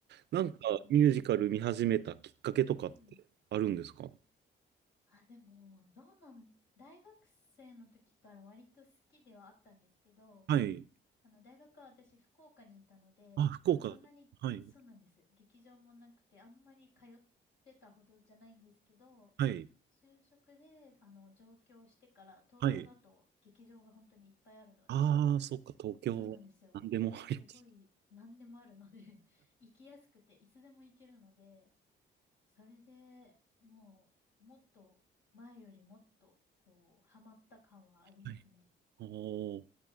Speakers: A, on the right; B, on the left.
A: なんかミュージカル見始めたきっかけとかってあるんですか
B: そうそうそうそう。うん。あ、でも、どうなん、大学生の時から割と好きではあったんですけど、
A: はい。
B: あの、大学は私福岡にいたので、
A: あ、福岡。
B: まあそんなに、
A: はい。
B: そうなんです。劇場もなくて、あんまり通ってたほどじゃないんですけど、
A: はい。
B: 就職で、あの、上京してから、東京だと劇場が本当にいっぱいあるので、
A: はい。ああ、そっか、東京。
B: そうなんですよ。
A: なんでもあります。
B: すごい、何でもあるので <laughs> 行きやすくて、いつでも行けるので、それでもう、もっと、前よりもっと、こう、ハマった感はありますね。
A: はい。おー。